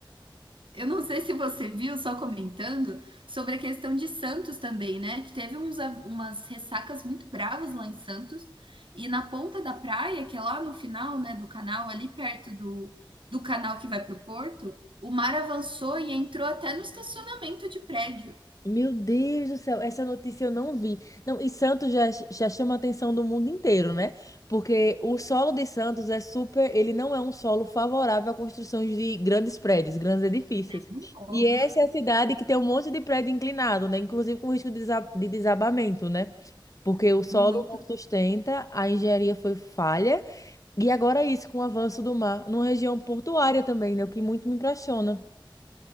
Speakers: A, on the right; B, on the left.
A: Eu não sei se você viu, só comentando, sobre a questão de Santos também, né? Que teve uns, a- umas ressacas muito bravas lá em Santos. E na ponta da praia, que é lá no final, né, do canal, ali perto do, do canal que vai para o Porto, o mar avançou e entrou até no estacionamento de prédio.
B: Meu Deus do céu, essa notícia eu não vi. Não, e Santos já, já chama a atenção do mundo inteiro, né? Porque o solo de Santos é super, ele não é um solo favorável à construção de grandes prédios, grandes edifícios.
A: Um pouco.
B: E essa é a cidade que tem um monte de prédio inclinado, né? Inclusive com risco de desa- de desabamento, né? Porque o solo
A: Muito
B: não sustenta, a engenharia foi falha, e agora é isso com o avanço do mar, numa região portuária também, né? O que muito me impressiona.